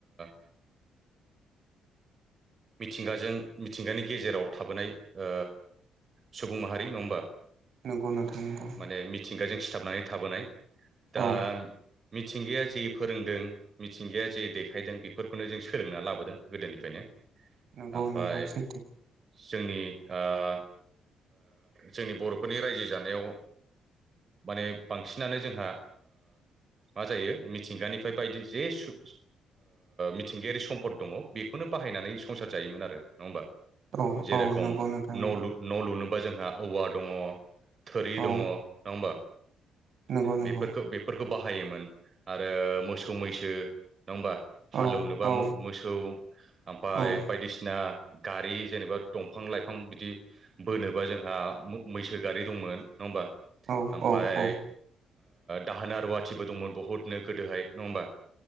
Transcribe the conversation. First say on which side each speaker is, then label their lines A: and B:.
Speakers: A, on the right (about 40°); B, on the right (about 65°).
A: <inaudible> मिथिंगाजों मिथिंगानि गेजेराव थाबोनाय ओ सुबुं माहारि नङा होमबा?
B: नंगौ नोंथां नंगौ
A: माने मिथिंगाजों सिथाबनानै थाबोनाय दा
B: औ
A: मिथिंगाया जे फोरोंदों मिथिंगाया जे देखायदों बेफोरखौनो जों सोलोंना लाबोदों गोदोनिफ्रायनो
B: नंगौ
A: ओमफ्राय
B: नंगौ सैथो
A: जोंनि आ-आ जोंनि बर'फोरनि रायजो जानायाव माने बांसिनानो जोंहा मा जायो मिथिंगानिफ्राय बायदि जे सु मिथिंगायारि सम्पद दङ बेखौनो बाहायनानै संसार जायोमोन आरो नङा होमबा?
B: औ
A: जे
B: औ
A: रखम
B: नंगौ नोंथां नंगौ
A: न'लु न' लुनो जोंहा औवा दङ थोरि
B: औ
A: दङ नङा होमबा?
B: नंगौ नंगौ
A: बेफोरखौ बेफोरखौ बाहायोमोन आरो मोसौ मैसो नङा होमबा हाल
B: औ
A: एवनोबा
B: औ
A: मोसौ ओमफ्राय
B: औ
A: बायदिसिना गारि जेनेबा दंफां लाइफां बिदि बोनोबा जोंहा मैसो गारि दंमोन। नङा होमबा? ओमफ्राय
B: औ औ औ
A: दाहोना रुवाथिबो दंमोन बहुतनो गोदोहाय नङा होमबा?